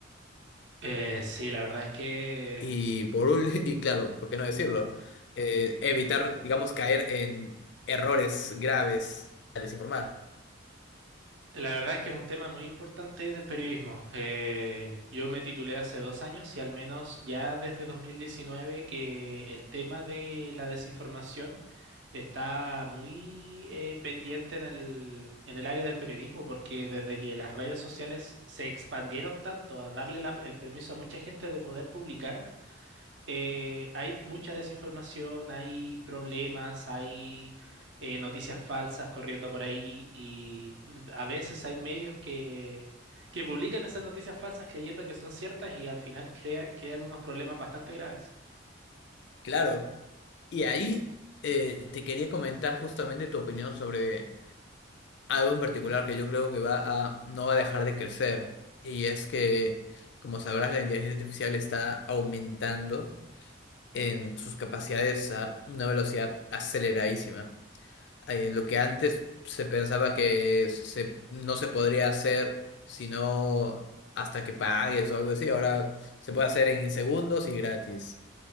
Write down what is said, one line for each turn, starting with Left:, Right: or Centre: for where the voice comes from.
Right: Eh, sí, la verdad es que
Left: Y por ul- <laughs> y claro, ¿por qué no decirlo? Eh, evitar, digamos, caer en errores graves al desinformar.
Right: la verdad es que es un tema muy importante del periodismo. Eh, yo me titulé hace dos años y al menos ya desde 2019 que el tema de la desinformación está muy eh, pendiente en el en el área del periodismo porque desde que las redes sociales se expandieron tanto a darle la- el permiso a mucha gente de poder publicar eh, hay mucha desinformación, hay problemas, hay eh, noticias falsas corriendo por ahí y a veces hay medios que, que publican esas noticias falsas creyendo que son ciertas y al final crea- crean unos problemas bastante graves.
Left: Claro. Y ahí eh, te quería comentar justamente tu opinión sobre algo en particular que yo creo que va a, no va a dejar de crecer. Y es que, como sabrás, la inteligencia artificial está aumentando en sus capacidades a una velocidad aceleradísima. eh, lo que antes se pensaba que se, no se podría hacer sino hasta que pagues o algo así, ahora se puede hacer en segundos y gratis,